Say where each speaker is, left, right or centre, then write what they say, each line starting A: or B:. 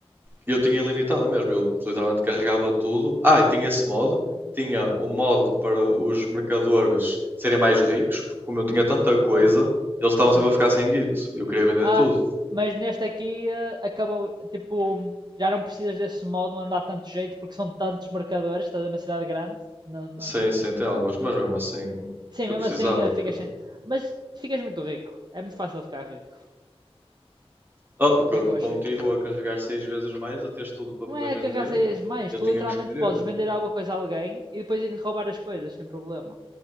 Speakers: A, on the right (about 20°); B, on the right (about 45°).
A: eu tinha ilimitado mesmo, eu literalmente carregava tudo. Ah, e tinha esse mod, tinha o mod para os mercadores serem mais ricos, porque como eu tinha tanta
B: Ok.
A: coisa, eles estavam
B: Sim.
A: sempre a ficar sem guito e eu queria vender
B: Ah,
A: tudo.
B: mas neste aqui eh, acabou, tipo, já não precisas desse modo, não andar tanto jeito, porque são tantos marcadores, estás a na cidade grande. Não, não...
A: Sim, sim, tem alguns, mas mesmo assim
B: Sim,
A: eu
B: mesmo
A: precisava
B: assim eh, ficas
A: que.
B: sem. Mas ficas muito rico. É muito fácil ficar rico.
A: Oh, co-
B: É que eu achei
A: contigo
B: no jogo.
A: a carregar seis vezes mais, a teres tudo para
B: Não
A: poder
B: é
A: vender,
B: que arrasas mais,
A: eu
B: tu
A: tinha
B: literalmente
A: que escolher.
B: podes vender alguma coisa a alguém e depois ir-lhe roubar as coisas sem problema.